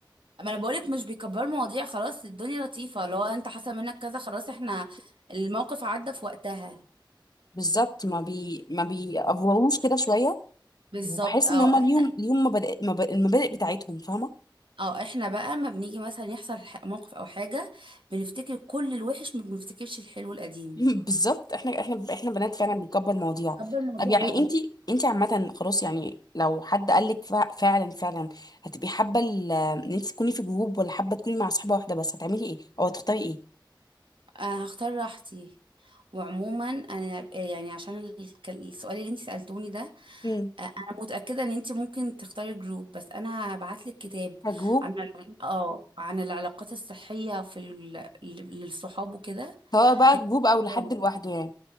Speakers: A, on the right (about 85°); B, on the left (about 50°).
A: اما انا بقولك مش بيكبروا مواضيع خلاص الدنيا لطيفة اللي هو انت حصل منك كذا خلاص احنا الموقف عدى في وقتها
B: بالظبط ما بي ما بيأفوروش كده شويه
A: بالظبط
B: وبحس
A: اه
B: ان هما
A: احنا
B: ليهم ليهم مبادئ مب- المبادئ بتاعتهم فاهمه
A: اه احنا بقى ما بنيجي مثلا يحصل ح- موقف او حاجة بنفتكر كل الوحش ما بنفتكرش الحلو القديم
B: <laughs> بالظبط احنا احنا احنا بنات فعلا بنكبر المواضيع
A: حابه المواضيع
B: طب يعني
A: قوي
B: انت انت عامه خلاص يعني لو حد قال لك فع- فعلا فعلا هتبقي حابه ال- ان انت تكوني في جروب ولا حابه تكوني مع صاحبه واحده بس هتعملي ايه او هتختاري ايه
A: أنا هختار راحتي وعموما انا آه، يعني عشان ال- كان السؤال اللي انت سألتوني ده
B: مم.
A: آه، انا متأكدة ان انت ممكن تختاري جروب بس انا هبعت لك كتاب
B: كجروب
A: عن ال- اه عن العلاقات الصحية في ال... ل- للصحاب وكده
B: سواء بقى
A: هيفيدك
B: جروب او لحد
A: قوي
B: لوحده يعني